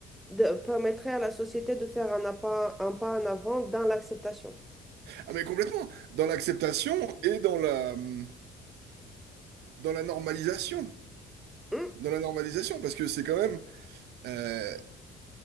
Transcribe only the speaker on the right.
Ah mais complètement, dans l'acceptation et dans la, hum, dans la normalisation.
Dans la normalisation, parce que c'est quand même... euh,